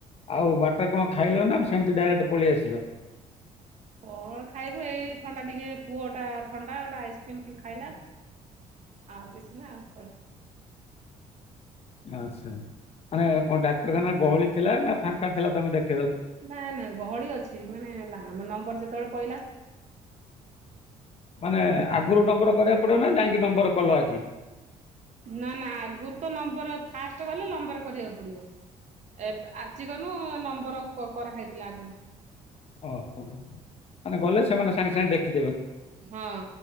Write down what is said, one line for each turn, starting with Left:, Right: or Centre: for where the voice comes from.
Left: ଆଉ ବାଟ କଣ ଖାଇଲ ନା ସେମତି ଡାଇରେକ୍ଟ ପଳେଇ ଆସିଲ?
Right: କଣ ଖାଇବୁ ଏଇ ଥଣ୍ଡା ଟିକେ ପୁଅଟା ଥଣ୍ଡା ଗୋଟେ ଆଇସ୍କ୍ରିମ ଟି ଖାଇଲା ଆଉ କିଛି। <unintelligible>
Left: ଆଚ୍ଛା ମାନେ କଣ ଡାକ୍ତରଖାନା ଗହଳି ଥିଲା ନା ଫାଙ୍କା ଥିଲା ତମେ ଦେଖ
Right: ନାଇଁ ନାଇଁ ଗହଳି ଅଛି ମାନେ ଆମ ନମ୍ବର ଯେ ତଳେ ପଇଲା।
Left: ମାନେ ଆଗରୁ ନମ୍ବର କରିବାକୁ ପଡିବ ନା ଯାଇକି ନମ୍ବର କଲ ଆଜି?
Right: ନା ନା ଆଗରୁ ତ ନମ୍ବର ଫାଷ୍ଟ ଗଲେ ନମ୍ବର କରିବାକୁ ପଡିବ ଏବେ ଆଜି ଗଲୁ ନମ୍ବର କରାହେଇଥିଲା ଆଗରୁ
Left: ଓହୋ ମାନେ ଗଲେ ସେମାନେ ସାଙ୍ଗେ ସାଙ୍ଗେ ଦେଖି
Right: ହଁ